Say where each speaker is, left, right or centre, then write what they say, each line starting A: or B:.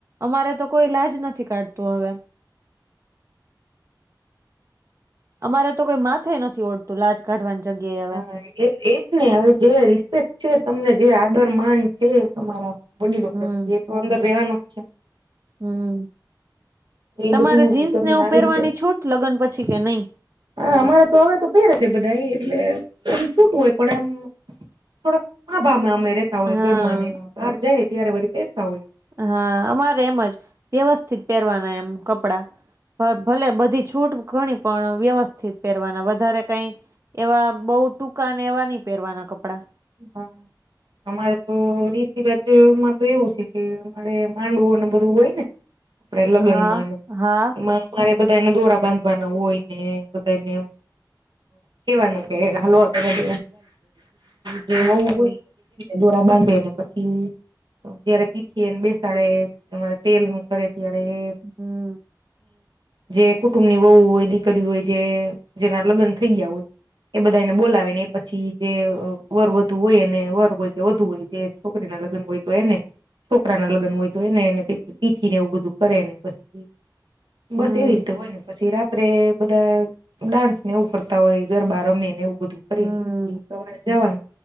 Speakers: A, on the right; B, on the right.
A: અમારે તો કોઈ લાજ નથી કાઢતું હવે અમારે તો કોઈ માથે નથી ઓઢતુ લાજ કાઢવાની જગ્યાએ
B: હા
A: હવે
B: એ એજ ને હવે જે રિસ્પેક છે તમને જે આદર માન છે તમારા વડીલો
A: હમ
B: પ્રતયે એ તો અંદર રેવાનો જ છે
A: હમ
B: એ
A: તમારે
B: બધું
A: જીન્સ
B: તમે
A: ને એવું
B: આવી
A: પહેરવાની
B: રીતે
A: છૂટ લગ્ન પછી કે નહી
B: હા અમારે તો હવે તો પેરે છે બધા એટલે એમ છૂટું હોય પણ એમ થોડક માભામે અમે ર રહેતા હોય
A: હા
B: ઘરમાં ને બહાર જાય ત્યારે વરી પહેરતા હોય છે
A: હા અમારે એમ જ વ્યવસ્થિત પહેરવાના એમ કપડા ભલે બધી છૂટ ઘણી પણ વ્યવસ્થિત પહેરવાના વધારે કઈ એવા બહુ ટૂંકા અને એવા નહિ પહેરવાના કપડાં
B: હા અમારે તો રીત રિવાજમાં તો એવું છે કે મારે માંડવુંને બધું હોય ને આપડ લગ્ન
A: હા
B: માં
A: હા
B: એમાં મારે બધા એને દોરા હોય બધા એને કેવાનું કે હાલવા કરવ બ
A: હમ
B: વવું હોય દોડા બાંધેને પછી જયારે પીઠી એને બેસાડેરે તેલ નું કરે ત્યારે એ
A: હમ
B: જે કુટુંબ ની વહુ હોય હોય જે જેના લગ્ન થઈ ગયા હોય બધા એને બોલાવીને પછી વર વધુ હોય એને વર હોય કે વધુ હોય જે છોકરી ના લગ્ન તો એને છોકરા ના લગ્ન હોય તો એને એને પીઠી ને એવું બધું કરે ને પછી બસ
A: હમ
B: એવી રીતે હોય ને પછી રા રાત્રે બધાયે ડાન્સ ને એવું કરતા હોય ગરબા રમે ને એવું બધું કરીએને
A: હમ
B: પછી સવારે જવાય